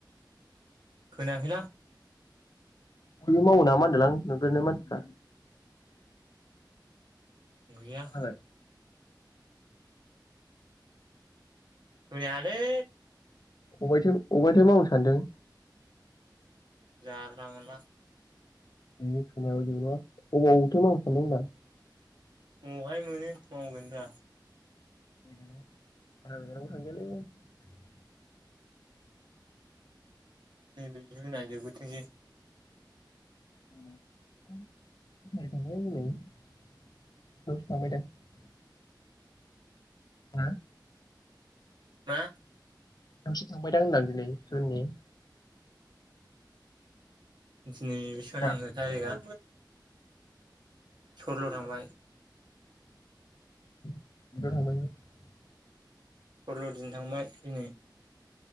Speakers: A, on the right (about 70°); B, on the left (about 55°).
A: खोनायाखैलां
B: बयबो मावो नामा होनदोंलां नोगोरनि मानसिफ्रा
A: गैया
B: जाबाय
A: खोनायालै
B: अबाय अबायथो मावनो सानदों
A: <unintelligible>
B: बेनि खामायाव जेनेबा अबावथो मावनो सानदों होनदां
A: अबावहाय मोनो मावगोनब्रा
B: <unintelligible>
A: <unintelligible>
B: <unintelligible> हा
A: मा
B: आंसो थांबायदां होनदां दिनै जुननि
A: दिनै बेसबां
B: दा
A: थांखो थारिगा सरल' थांबाय
B: <unintelligible>
A: <unintelligible> दिन थांबाय दिनै